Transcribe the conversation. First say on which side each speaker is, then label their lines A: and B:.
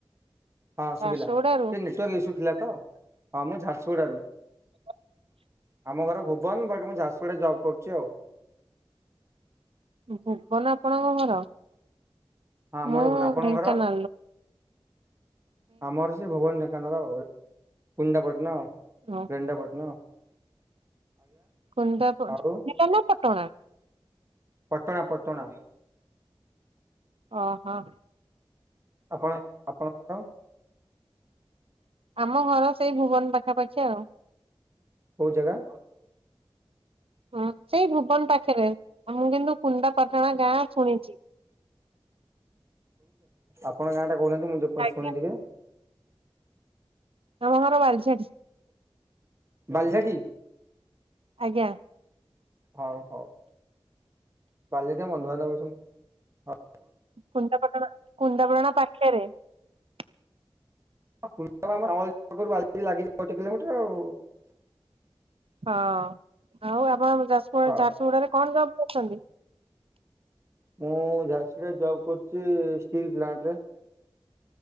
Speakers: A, on the right; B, on the right.
A: ହଁ
B: ଝାରସୁଗୁଡାରୁ
A: ସୁବିଲା ଟିକେ ନେଟୱାର୍କ ଇସ୍ୟୁ ଥିଲା ତ ହଁ ମୁଁ ଝାରସୁଗୁଡ଼ାରୁ ।
B: <inaudible>
A: ଆମ ଘର ଭୁବନ ବଟ ମୁଁ ଝାରସୁଗୁଡ଼ାରେ ଜବ କରୁଛି ଆଉ ।
B: ଭୁବନ ଆପଣଙ୍କ ଘର
A: ହଁ ଆମର
B: ମୁଁ
A: ଭୁବନ। ଆପଣଙ୍କ
B: ଢେଙ୍କାନାଳର।
A: ଆମଘର ସେଇ ଭୁବନ ଢେଙ୍କାନାଳ ଆଉ କୁନିନ୍ଦାପାଟନା ଆଉ
B: ହଁ
A: ରେଣନ୍ଦାପାଟନା।
B: କୁନିନ୍ଦା ପ
A: ଆଉ
B: କୁନିନ୍ଦା ନା ପଟଣା?
A: ପଟଣା ପଟଣା।
B: ଓହୋ।
A: ଆପଣ ଆପଣଙ୍କ ଘର?
B: ଆମ ଘର ସେଇ ଭୁବନ ପାଖାପାଖି ଆଉ।
A: କୋଉ ଜାଗା?
B: ହଁ ସେଇ ଭୁବନ ପାଖରେ? ଆଉ ମୁଁ କିନ୍ତୁ କୁନିଦ୍ଦା ଆପାଟଣା ଗାଁ ଶୁଣିଛି?
A: ଆପଣଙ୍କ ଗାଁ ଟା କହୁନାହାନ୍ତି ମୁଁ
B: ଆଜ୍ଞା।
A: ଶୁଣେ ଟିକେ?
B: ଆମ ଘର ବାଲିଝାଟି।
A: ବାଲିଝାଟି?
B: ଆଜ୍ଞା।
A: ହଉ ହଉ କାଲିିକ ବନ୍ଧୁ ବାନ୍ଧବ ଅଛନ୍ତି ହଉ ।
B: କୁନ୍ଦାପାଟଣା କୁନ୍ଦାପଟଣା ପାଖରେ ।
A: <inaudible> ଗୋଟେ କିଲୋମିଟର ଆଉ ।
B: ହଁ ଆଉ ଆପଣ ଯାଜପୁର
A: ଆଉ।
B: ଝାରସୁଗୁଡାରେ କଣ ଜବ୍ କରୁଛନ୍ତି?
A: ମୁଁ ଝାରସୁଗୁଡ଼ାରେ ଜବ୍ କରୁଛି ଷ୍ଟିଲ୍ ପ୍ଲାଣ୍ଟରେ ।